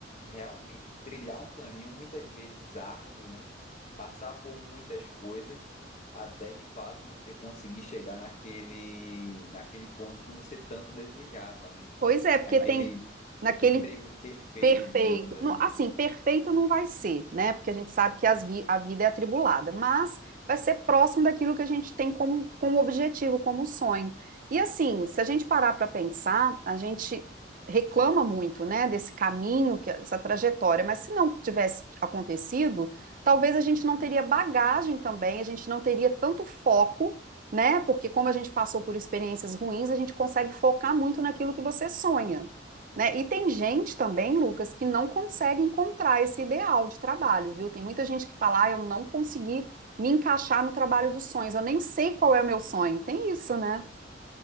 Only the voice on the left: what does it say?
realmente trilhar um caminho muitas vezes árduo, né? Passar por muitas coisas até de fato você conseguir chegar naquele, naquele ponto que você tanto desejava, né?
Aquele
emprego perfeito,
digamos assim.